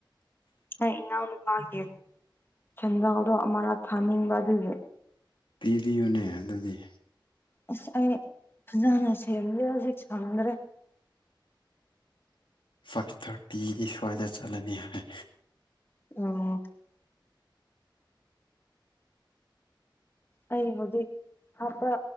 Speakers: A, on the left; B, on the left.
A: ꯑꯩ ꯏꯅꯥꯎꯅꯨꯄꯥꯒꯤ ꯁꯦꯟꯖꯥꯎꯗꯣ ꯑꯃꯔꯛ ꯊꯥꯅꯤꯡꯕ ꯑꯗꯨꯗꯤ
B: ꯄꯤꯔꯤꯌꯨꯅꯦ ꯑꯗꯨꯗꯤ
A: ꯑꯁ ꯑꯩ ꯐꯖꯅ ꯁꯦꯝꯗꯦ ꯍꯧꯖꯤꯛ ꯁꯪꯡꯗ꯭ꯔꯦ
B: ꯐꯥꯚ ꯊꯥꯔꯇꯤꯒꯤ ꯁ꯭ꯋꯥꯏꯗ ꯆꯠꯂꯅꯤ ꯍꯥꯏ
A: ꯑꯣ ꯑꯩ ꯍꯧꯖꯤꯛ ꯑꯄꯥ